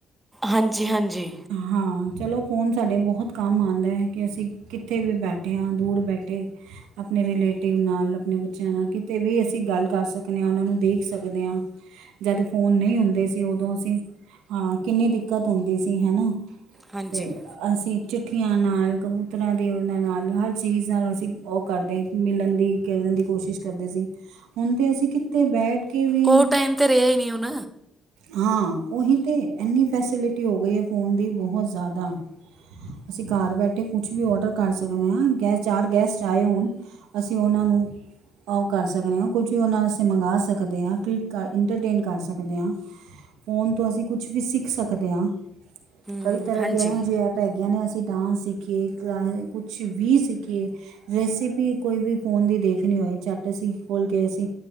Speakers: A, on the right; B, on the right.
A: ਹਾਂਜੀ ਹਾਂਜੀ।
B: ਹਾਂ ਚਲੋ ਫੋਨ ਸਾਡੇ ਬੋ ਹਤ ਕੰਮ ਆਂਦਾ ਹੈ ਕਿ ਅਸੀਂ ਕਿੱਥੇ ਵੀ ਬੈਠੇ ਹਾਂ ਦੂਰ ਬੈਠੇ ਅਪਨੇ ਰਿਲੇਟਿਵ ਨਾਲ, ਅਪਨੇ ਬੱਚੇਆਂ ਨਾਲ, ਕਿਤੇ ਵੀ ਅਸੀ ਗੱਲ ਕਰ ਸਕਨੇ ਆਂ ੳਨਾਂ ਨੂੰ ਦੇਖ ਸਕਦੇ ਆਂ। ਜਦ ਫੋਨ ਨਈ ਹੁੰਦ ਦੇ ਸੀ ੳਦੋਂ ਅਸੀ ਹਾਂ ਕਿੰਨੀ ਦਿੱਕਤ ਹੁੰਦੀ ਸੀ ਹੈਨਾ
A: ਹਾਂਜੀ
B: ਤੇ ਅਸੀ ਚਿੱਠੀਆਂ ਨਾਲ, ਕਬੂਤਰਾਂ ਦੇ ੳਨਾ ਨਾਲ, ਹਰ ਚੀਜ਼ ਨਾਲ ਅਸੀ ੳਹ ਕਰਦੇ ਮਿਲਣ ਦੀ ਕਹਨ ਦੀ ਕੋਸ਼ਿਸ਼ ਕਰਦੇ ਸੀ ਹੁਣ ਤੇ ਅਸੀਂ ਕਿੱਥ ਬੈਠ ਕੇ ਵੀ
A: ਉਹ ਟਾਈਮ ਤੇ ਰਿਹਾ ਹੀ ਨਹੀਂ ਹੁਣ
B: ਹਾਂ ਉਹੀ ਤਾਂ ਇੰਨੀ ਫੈਸਿਲਿਟੀ ਹੋ ਗਈ ਹੈ, ਫੋਨ ਦੀ ਬਹੁਤ ਜ਼ਿਆਦਾ ਅਸੀਂ ਘਰ ਬੈਠੇ ਕੁਛ ਵੀ ਔਡਰ ਕਰ ਸਕਦੇ ਹਾਂ ਗੈ ਚਾਰ ਗੈਸਟ ਆਏ ਹੋਣ, ਅਸੀਂ ਉਹਨਾਂ ਨੂੰ ਉਹ ਕਰ ਸਕਦੇ ਹਾਂ, ਕੁਝ ਵੀ ਉਹਨਾਂ ਅਸੀਂ ਮੰਗਵਾ ਸਕਦੇ ਹਾਂ, ਟਵੀਟ ਕਰ ਇੰਟਰਟੇਨ ਕਰ ਸਕਦੇ ਹਾਂ ਫੋਨ ਤੋਂ ਅਸੀਂ ਕੁਛ ਵੀ ਸਿੱਖ ਸਕਦੇ ਹਾਂ, ਕਈ
A: ਹਮ
B: ਤਰ੍ਹਾਂ
A: ਹਾਂਜੀ
B: ਦੀ ਇਹੋ ਜਿਹੇ ਐਪ ਹੈਗੀਆਂ ਨੇਸੀਂ ਉੱਥੇ ਡਾਂਸ ਸਿੱਖੀਏ ਕਲਾਸ ਕੁਛ ਵੀ ਸਿੱਖੀਏ ਰੈਸਿਪੀ ਕੋਈ ਵੀ ਫ਼ੋਨ ਦੀ ਦੇਖ ਨਹੀਂ ਹੋਏ ਚੱਟ ਅਸੀਂ ਖੋਲ ਕੇ ਅਸੀਂ